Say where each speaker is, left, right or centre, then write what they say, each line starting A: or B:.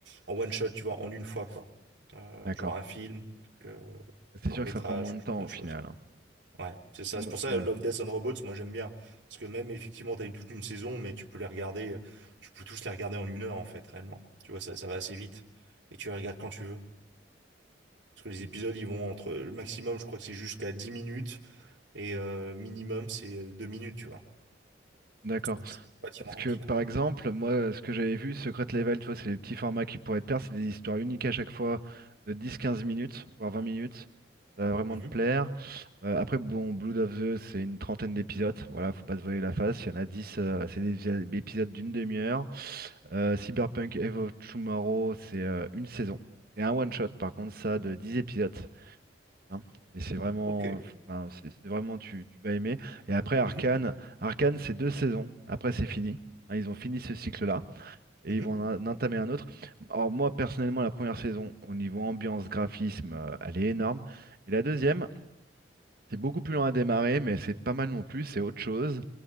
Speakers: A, on the right (about 80°); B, on the right (about 55°).
A: en one shot, tu vois, en une fois, quoi. Euh,
B: D'accord.
A: genre un film, un truc, euh,
B: C'est
A: court-métrage,
B: sûr que ça prend moins de
A: ce
B: temps
A: genre de
B: au
A: choses.
B: final. hein.
A: Ouais, c'est ça.
B: Moi-
A: C'est pour ça
B: Ouais.
A: Love, Death and Robots, moi j'aime bien. Parce que même effectivement, t'as une, toute une saison, mais tu peux les regarder, tu peux tous les regarder en une heure en fait, réellement. Tu vois, ça, ça va assez vite. Et tu les regardes quand tu veux. Parce que les épisodes, ils vont entre, le maximum, je crois que c'est jusqu'à 10 minutes. Et euh, minimum, c'est euh, deux minutes, tu vois.
B: D'accord.
A: Donc c'est relativement
B: Parce
A: rapide.
B: que par exemple, moi, ce que j'avais vu, Secret Level, tu vois, c'est les petits formats qui pourraient te plaire, c'est des histoires uniques à chaque fois de 10-15 minutes, voire 20 minutes. Ça va vraiment
A: Mhm.
B: te plaire. Euh, après, bon, Blood of the, c'est une trentaine d'épisodes. Voilà, faut pas se voiler la face. Il y en a 10, euh, c'est des épis- des épisodes d'une demi-heure. Euh, Cyberpunk Evo Tomorrow, c'est euh, une saison. C'est un one-shot, par contre, ça, de 10 épisodes hein. Et c'est vraiment,
A: Ok.
B: enfin, c'est c'est vraiment, tu, tu vas aimer. Et après, Arcane,
A: Mhm.
B: Arcane, c'est deux saisons. Après, c'est fini. Hein, ils ont fini ce cycle-là et
A: Mhm.
B: ils vont en en entamer un autre. Alors, moi, personnellement, la première saison, au niveau ambiance, graphisme, euh, elle est énorme. Et la deuxième, c'est beaucoup plus lent à démarrer, mais c'est pas mal non plus. C'est autre chose.